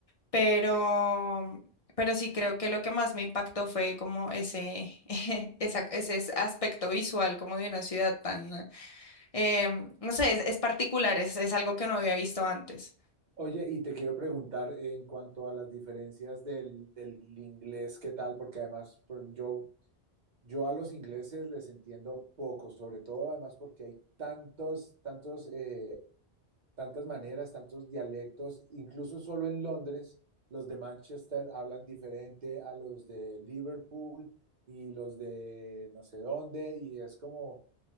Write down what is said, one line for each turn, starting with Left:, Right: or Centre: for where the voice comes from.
Left: pero, pero sí creo que lo que más me impactó fue como ese, <laughs> esa- ese es- aspecto visual como de una ciudad tan, eh, no sé, es, es particular, es, es algo que no había visto antes.
Right: Oye, y te quiero preguntar en cuanto a las diferencias del, del inglés, ¿qué tal? Porque además pues, yo, yo a los ingleses les entiendo poco, sobre todo además porque hay tantos, tantos, eh, tantas maneras, tantos dialectos, incluso solo en Londres, los de Manchester hablan diferente a los de Liverpool y los de no sé dónde, y es como